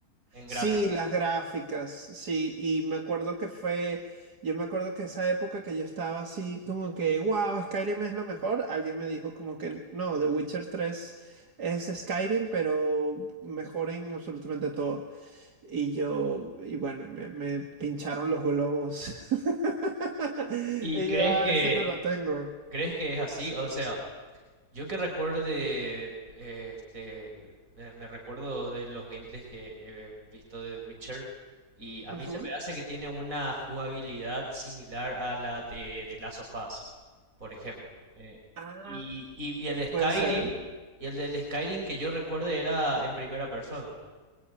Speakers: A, on the right; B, on the right.
A: en
B: Sí,
A: gráfica.
B: las gráficas, sí, y me acuerdo que fue, yo me acuerdo que esa época que yo estaba así como que, wow, Skyrim es lo mejor, alguien me dijo como que no, The Witcher tres es Skyrim, pero mejor en absolutamente todo. Y yo, y bueno, me, me pincharon los globos. <laughs>
A: ¿Y
B: Y
A: crees
B: yo, ah,
A: que
B: ese no lo tengo.
A: crees que es así? O sea, Yo que recuerdo de, eh, este, me me recuerdo de los gameplays que he visto de The Witcher y a
B: Ujú.
A: mí se me hace que tiene una jugabilidad similar a la de, de Last of Us, por ejemplo. Eh,
B: Ah,
A: y, y-
B: pu-
A: y el de
B: puede
A: Skyrim,
B: ser.
A: y el del Skyrim que yo recuerde era en primera persona.